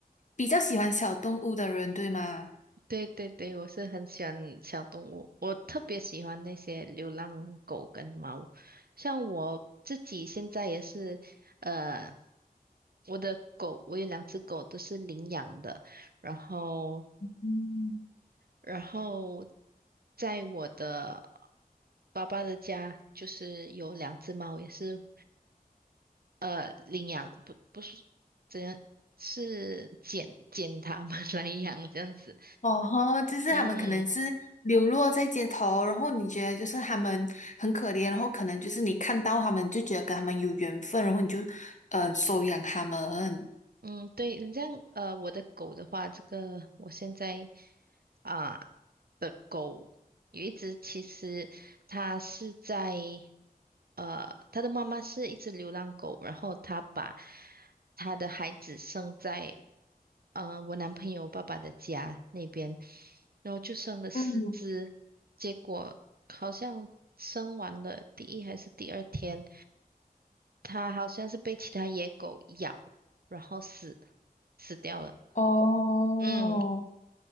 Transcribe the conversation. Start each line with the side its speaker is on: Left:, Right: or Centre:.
Left: 比较喜欢小动物的人，对吗？
Right: 对对对，我是很喜欢小动物，我特别喜欢那些流浪狗跟猫。像我自己现在也是，呃，我的狗，我有两只狗都是领养的，然后。
Left: 嗯。
Right: 然后在我的爸爸的家，就是有两只猫，也是呃领养，不不是怎样，是捡捡它们 <laughs> 来养这样子。
Left: 哦吼，就是他们可能是流落在街头，
Right: 嗯
Left: 然后你觉得就是他们很可怜，然后可能就是你看到他们就觉得跟他们有缘分，然后你就嗯收养他们。
Right: 嗯，对，你这样呃，我的狗的话，这个我现在啊。的狗，有一只其实它是在呃，它的妈妈是一只流浪狗，然后它把它的孩子生在呃我男朋友爸爸的家那边，然后就生了四只，
Left: 嗯，
Right: 结果好像生完了第一还是第二天，它好像是被其他野狗咬，然后死死掉了。
Left: 哦，
Right: 嗯，